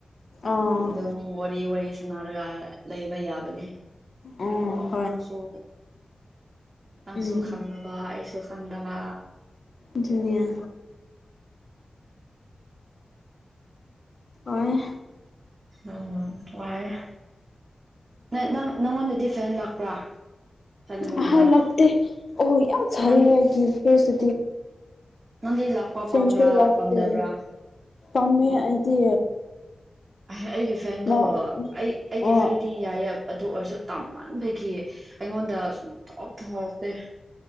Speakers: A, on the left; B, on the right.
A: ꯑꯣ
B: ꯑꯗꯨꯝ ꯋꯥꯔꯤ ꯋꯥꯔꯤ ꯁꯅꯔꯒ ꯂꯩꯕ ꯌꯥꯕꯅꯦ
A: ꯑꯥ
B: ꯅꯁꯨ ꯅꯪꯁꯨ
A: ꯎꯝ
B: ꯈꯪꯗꯕ ꯑꯩꯁꯨ ꯈꯪꯗꯕ
A: ꯑꯗꯨꯅꯦ ꯑꯣꯏꯣꯏ
B: ꯎꯝ ꯇꯥꯏ ꯅ ꯅꯪ ꯅꯪꯉꯣꯟꯗꯗꯤ ꯐꯦꯟ ꯂꯥꯛꯄ꯭ꯔꯥ ꯐꯦꯟꯒꯨꯝꯕꯗꯣ
A: ꯑꯍ ꯂꯥꯛꯇ ꯑꯣ ꯌꯥꯝ ꯁꯔꯤ
B: ꯅꯪ
A: ꯐꯁꯤ
B: ꯅꯪꯗꯤ ꯂꯥꯛꯄ
A: ꯐꯦꯟꯁꯨ
B: ꯄꯥꯝꯕ꯭ꯔꯥ
A: ꯂꯥꯛꯇꯦ
B: ꯄꯥꯝꯗꯕ꯭ꯔꯥ
A: ꯄꯥꯝꯃꯦ ꯑꯩꯗꯤ
B: ꯑꯩꯒꯤ ꯐꯦꯟꯗꯣ
A: ꯅꯪ
B: ꯑꯩ ꯑꯩꯒꯤ
A: ꯑꯣ
B: ꯐꯦꯟ ꯇꯤ ꯌꯥꯏꯌꯦ ꯑꯗꯨ ꯑꯣꯏꯔꯁꯨ ꯇꯝꯍꯟꯕꯒꯤ ꯑꯩꯉꯣꯟꯗ ꯁꯨꯝ ꯊꯍꯥꯎ ꯊꯍꯥꯎꯇꯦ